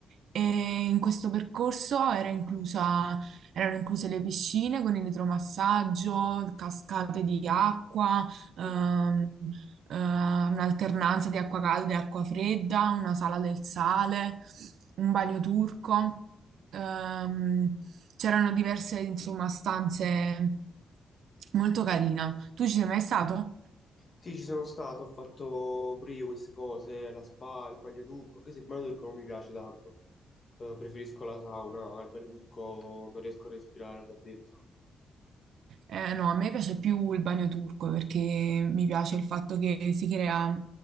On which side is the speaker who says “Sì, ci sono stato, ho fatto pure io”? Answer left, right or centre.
Left